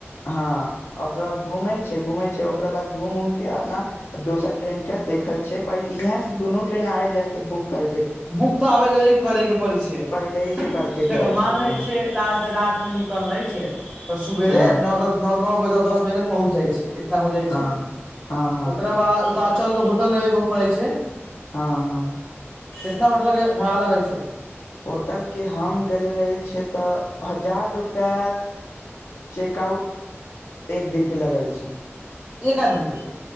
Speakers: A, on the left (about 85°); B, in the centre.
A: हँ ओकरा बाद घूमे छै घूमे छै ओकरा बाद घूम उम के अपना दोसर ट्रेन के देख देखल छै प इहे से द दुन ट्रेन आय जाय के बुक कर
B: बुक तऽ आबे जेबैके करैके पड़ै छै
A: पहिले ही से करके
B: देख
A: जाइ
B: मानले
A: छै यहाँ
B: छियै
A: से
B: त से रात मे निकल नहि छै तऽ सुबेरे
A: हँ
B: नओ दस नओ बजे त दस बजे ले पहुँच जाइ छै इतना हो जाइ
A: हँ
B: छै
A: हँ हँ
B: ओकरा बाद उता चलके होटल लेबय के पड़ै छै
A: हँ हँ
B: कितना होटल भाड़ा लगै छै
A: होटल के हम गेल रहल छियै तऽ हजार रुपआ चेकआउट एक दिन के लगै छै
B: एक आदमी के